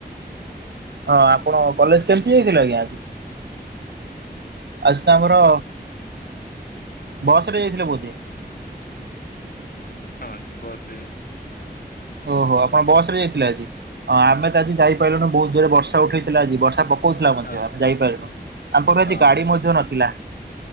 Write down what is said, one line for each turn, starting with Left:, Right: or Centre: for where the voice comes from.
Right: ହଁ ଆପଣ କଲେଜ କେମତି ଯାଇଥିଲେ ଆଜ୍ଞା? ଆଜି ତ ଆମର ବସରେ ଯାଇଥିଲେ ବୋଧେ।
Left: ହଁ ବସରେ ଯାଇ
Right: ଓହୋ ଆପଣ ବସରେ ଯାଇଥିଲେ ଆଜି। ହଁ ଆମେ ତ ଆଜି ଯାଇପାରିଲୁନି ବହୁତ ଜୋରରେ ବର୍ଷା ଉଠେଇଥିଲା ଆଜି। ବର୍ଷା ପ କଉଥିଲା ମଧ୍ୟ
Left: ହଁ
Right: ଆମେ ଯାଇପାରିଲୁନୁ ଆମର
Left: ହଁ
Right: ଆଜି ଗାଡି ମଧ୍ୟ ନଥିଲା।